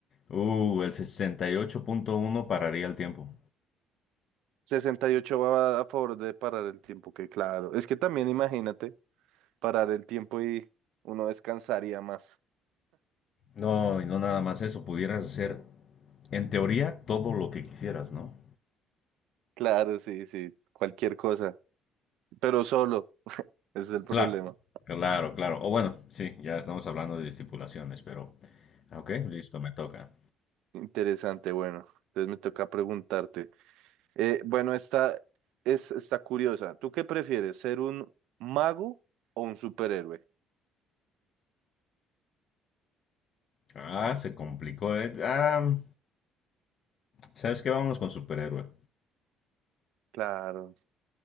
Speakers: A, on the left; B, on the right.
A: Uh, el 68.1 pararía el tiempo.
B: 68 va a favor de parar el tiempo, que claro. Es que también imagínate parar el tiempo y uno descansaría más.
A: No, y no nada más eso, pudieras hacer en teoría todo lo que quisieras, ¿no?
B: Claro, sí, sí, cualquier cosa, pero solo, ese es el problema.
A: Claro, claro, claro. O bueno, sí, ya estamos hablando de estipulaciones, pero ah, ok, listo, me toca.
B: Interesante, bueno, entonces me toca preguntarte. Eh, bueno, esta es, está curiosa. ¿Tú qué prefieres, ser un mago o un superhéroe?
A: Ah, se complicó, eh. Ah, ¿sabes qué? Vámonos con superhéroe.
B: Claro,